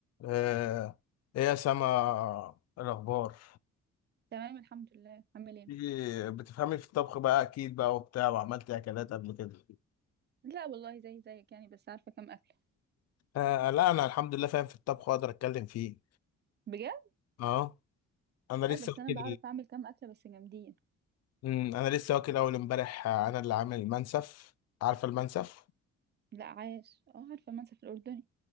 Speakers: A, on the left; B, on the right.
A: آه، ايه يا سما الاخبار
B: تمام الحمد لله عامل ايه
A: إيه، بتفهمي في الطبخ بقى اكيد بقى وبتاع وعملتي اكلات قبل كده
B: لا والله زي زيك يعني بس عارفه كام اكله
A: آه لا انا الحمد لله فاهم في الطبخ واقدر اتكلم فيه
B: بجد
A: اه انا لسه
B: لا بس
A: واكل
B: انا بعرف اعمل كام اكله بس جامدين
A: مم، انا لسه واكل اول امبارح آه، انا اللي عامل المنسف عارفه المنسف
B: لا عايش اه عارفه المنسف الاردني